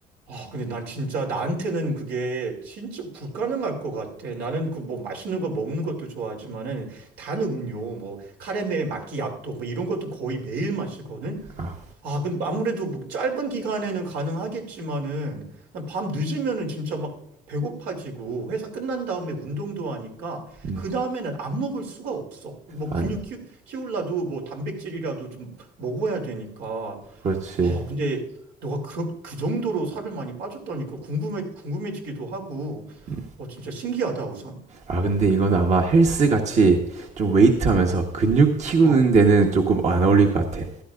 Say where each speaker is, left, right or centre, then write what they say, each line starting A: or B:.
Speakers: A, on the right; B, on the right.
A: 아, 근데 난 진짜 나한테는 그게 진짜 불가능할 것 같아. 나는 그 뭐 맛있는 거 먹는 것도 좋아하지만은 단 음료 뭐 카라멜 마끼아또 뭐 이런 것도 거의 매일 마시거든.
B: 아,
A: 아, 근데 아무래도 뭐 짧은 기간에는 가능하겠지만은 난 밤 늦으면은 진짜 막 배고파지고 회사 끝난 다음에 운동도 하니까
B: 음,
A: 그 다음에는 안 먹을 수가 없어. 뭐
B: 안,
A: 근육 키, 키울라도 뭐 단백질이라도 좀 먹어야 되니까.
B: 그렇지.
A: 아, 근데 너가 그, 그 정도로 살을 많이 빠졌다니까 궁금해 궁금해지기도 하고
B: 음.
A: 어 진짜 신기하다 우선.
B: 아 근데 이건 아마 헬스 같이 좀 웨이트 하면서 근육 키우는
A: 어.
B: 데는 조금 안 어울릴 것 같아.